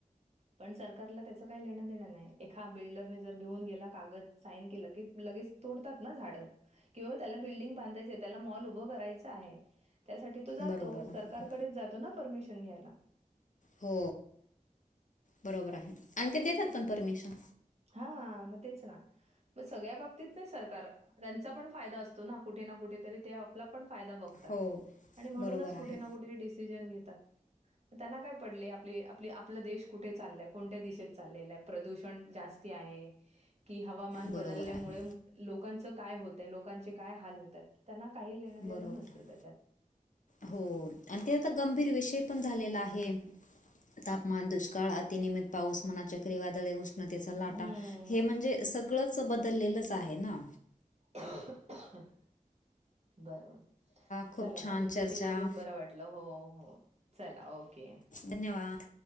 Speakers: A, on the right; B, on the left.
A: पण सरकारला त्याच काही लेणं देणं नाही एका बिल्डरने जर घेऊन गेला कागद साईन केलं की लगेच तोडतात ना झाडं किंवा त्याला बिल्डिंग बांधायचं त्याला मॉल उभं करायचं आहे त्यासाठी तो जातो
B: बरोबर आहे
A: सरकारकडेच जातो ना परमिशन घ्यायला
B: हो बरोबर आहे आणि ते देतात
A: तसच
B: पण
A: आहे.
B: परमिशन
A: हा मग तेच ना मग सगळ्या बाबतीत नाही सरकार तेचा पण फायदा असतो ना कुठे ना कुठेेतरी ते आपला पण फायदा बघतात
B: हो
A: आणि म्हणूनच
B: बरोबर आहे
A: कुठे ना कुठे डिसिजन घेतात. तेना काय पडलय आपली आपली आपला देश कुठे चाललाय कोणत्या दिशेत चालले लाय प्रदूषण जास्ती आहे कि हवामान
B: बरोबर
A: बदल्यामुळे
B: आहे
A: लोकाचं काय होतय लोकांचे काय हाल होतात. त्यांना काही लेणं देणं
B: बरोबर
A: नसतं तेच्यात असं.
B: हो आणि ते आता गंभीर विषय पण झालेला आहे. तापमान दुष्काळात इनिमित पाऊस मना चक्रीवादळे उस ष्णतेचा लाटा
A: हम्म.
B: हे म्हणजे सगळचं बदललेलंच आहे ना.
A: बरं बरं.
B: खूप
A: चला
B: छान
A: म तुमच्याशी
B: चर्चा
A: बोलून बरं वाटलं हो हो चला ओके.
B: धन्यवाद.